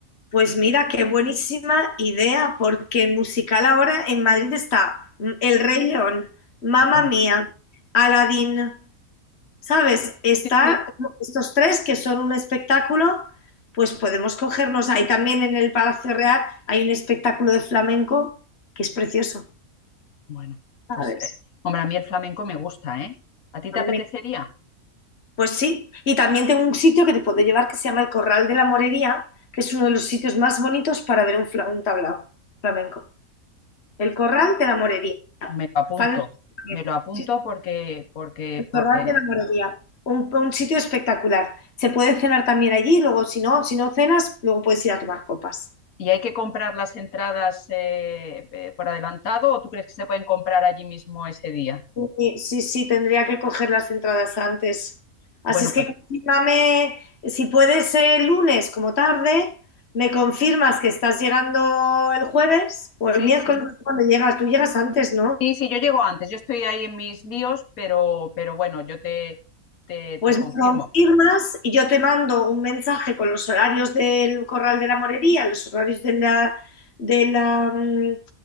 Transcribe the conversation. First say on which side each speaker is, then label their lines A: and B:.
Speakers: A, on the left (about 50°); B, on the left (about 80°).
A: Pues mira, qué buenísima idea, porque en musical ahora en Madrid está mm, El Rey León, Mamma
B: bueno,
A: Mía, Aladdin, ¿sabes? Está
B: sí, sí.
A: estos tres que son un espectáculo, pues podemos cogernos ahí también en el Palacio Real hay un espectáculo de flamenco que es precioso,
B: Bueno,
A: ¿sabes?
B: pues, eh, hombre, a mí el flamenco me gusta, ¿eh? ¿A ti te
A: A mí
B: apetecería?
A: me- Pues sí, y también tengo un sitio que te puedo llevar que se llama el Corral de la Morería, que es uno de los sitios más bonitos para ver un, fla- un tablao flamenco. El Corral de la Morería.
B: Me lo apunto,
A: Fan- del Ferrer.
B: me lo apunto
A: Sí,
B: porque, porque,
A: el Torral
B: porque.
A: de la Morería. Un, un sitio espectacular. Se puede cenar también allí, luego si no, si no cenas, luego puedes ir a tomar copas.
B: ¿Y hay que comprar las entradas eh, eh, por adelantado o tú crees que se pueden comprar allí mismo ese día?
A: Sí, sí, sí, tendría que coger las entradas antes. Así
B: Bueno,
A: es
B: pues
A: que confírmame, si puedes el lunes como tarde, me confirmas que estás llegando el jueves o
B: sí,
A: el miércoles
B: sí.
A: cuando llegas. Tú llegas antes, ¿no?
B: Sí, sí, yo llego antes, yo estoy ahí en mis líos, pero, pero bueno, yo te, te,
A: Pues
B: te confirmo.
A: me confirmas y yo te mando un mensaje con los horarios del Corral de la Morería, los horarios de la, de la, mm,